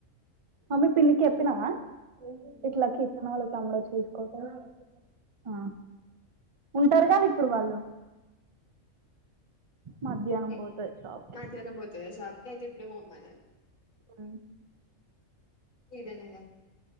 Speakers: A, on the right; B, on the left.
A: మమ్మీ పిన్నికి చెప్పినావా
B: హ్మ్.
A: ఇట్లాకి తమ్ముడు సతీష్ పోతాడు అ ఉంటారు కదా ఇప్పుడు వాళ్ళు మధ్యాహ్నం
B: ఎ
A: పోతది షాప్కు
B: మధ్యాహ్నం పోతదా షాప్ కి అయితే ఇప్పుడే పోమ్మనాలి
A: అ
B: లేదనే ఇక